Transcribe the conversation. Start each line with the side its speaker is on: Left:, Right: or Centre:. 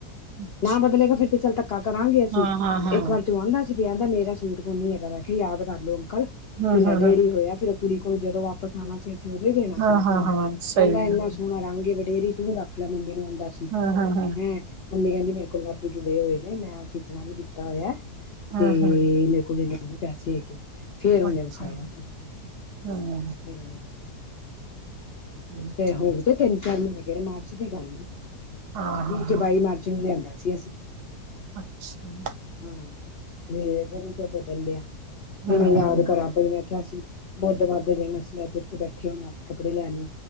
Right: ਅੱਛਾ
Left: ਨਾ ਬਦਲੇ ਬਈ ਠੀਕ ਹੈ ਚੱਲ ਧੱਕਾ ਕਰਾਂਗੇ ਅਸੀ,
Right: ਹਾਂ ਹਾਂ ਹਾਂ
Left: ਇੱਕ ਵਾਰਿ ਤੇ ਓਹ ਆਉਂਦਾ ਸੀ, <unintelligible> ਸੂਟ ਕੋਈ ਨੀ ਹੈਗਾ, ਮੈਂ ਕਿਹਾ ਯਾਦ ਕਰਲੋ ਅੰਕਲ।
Right: ਹਾਂ
Left: ਮਹੀਨਾ
Right: ਹਾਂ ਹਾਂ
Left: ਡੇਢ ਹੀ ਹੋਇਆ ਫੇਰ ਇਹ ਕੁੜੀ ਕੋਲ ਜਦੋਂ ਵਾਪਸ ਆਉਨਾ ਫੇਰ <unintelligible> ਦੇਨਾ
Right: ਹਾਂ
Left: ਸੀ ਨਾ
Right: ਹਾਂ
Left: ਤੁਹਾਨੂੰ,
Right: ਹਾਂ ਸਹੀ
Left: ਕਹਿੰਦਾ ਇੰਹਨਾ
Right: ਗੱਲ
Left: ਸੋਹਣਾ ਰੰਗ ਈ ਵਡੇਰੀ ਤੂ ਰੱਖ ਲੈ ਮੰਮੀ ਨੂੰ ਹੁਨ ਦੱਸ।
Right: ਹਾਂ ਹਾਂ ਹਾਂ
Left: ਹੰ ਮੇਰੀ ਮੰਮੀ ਮੇਰੇ ਕੋਲ ਵਾਧੂ ਜੁੜੇ ਹੋਏ-ਹੋਏ ਨੇਂ, ਮੈਂ <unintelligible> ਤਾ ਹੋਇਆ ਏ,
Right: ਹਾਂ
Left: ਤੇ
Right: ਹਾਂ
Left: ਮੇਰੇ ਕੋਲ ਇੰਹਨੇ ਤੇ ਨੀ ਪੈਸੇ ਹੈਗੇ। ਫੇਰ ਉਹਨੇ
Right: ਅੱਛਾ
Left: ਵਿਖਾਇਆ ਸੀ,
Right: ਹਾਂ
Left: ਫਿਰ ਉਹਨੇ ਵਿਖਾਇਆ ਸੀ।
Right: ਠੀਕ
Left: ਤੇ
Right: ਠੀਕ
Left: ਹੋ ਤੇ ਤਿੰਨ ਚਾਰ ਮਹੀਨੇ ਗਏ ਨੇਂ, ਮਾਰਚ ਦੀ ਗੱਲ ਈ,
Right: ਹਾਂ
Left: ਵੀਹ
Right: ਹਾਂ
Left: ਤੇ
Right: ਹਾਂ
Left: ਬਾਈ ਮਾਰਚ। ਨੂੰ ਲਿਆਂਦਾ ਸੀ ਅਸੀ।
Right: ਅੱਛਾ।
Left: ਹਾਂ ਫਿਰ ਮੈਨੂੰ ਬਦਲ ਲਿਆ ਫਿਰ
Right: ਹਾਂ
Left: ਮੈਂ ਯਾਦ ਕਰਾਂ ਪਈ ਮੈਂ ਕਿਆ ਸੀ ਬੁੱਧਵਾਰ ਦੇ ਦਿਨ ਅਸੀਂ ਅੱਜ ਇੱਥੇ ਬੈਠੇ ਹੋਣਾ। ਅ ਸੀਂ ਕੱਪੜੇ ਲੈਣ।